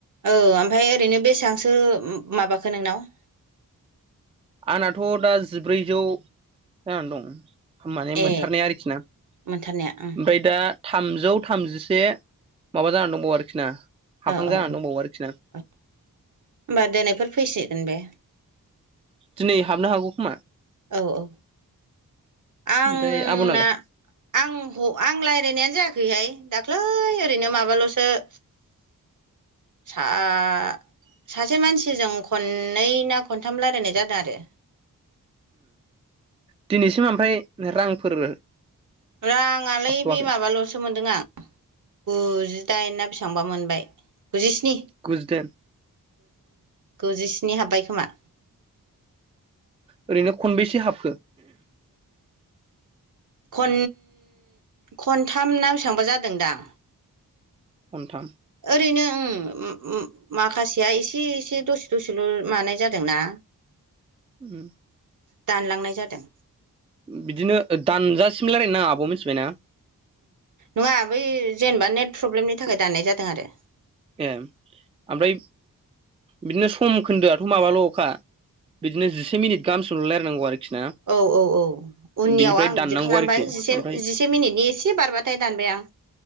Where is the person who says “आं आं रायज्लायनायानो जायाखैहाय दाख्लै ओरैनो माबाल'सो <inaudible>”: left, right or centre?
Right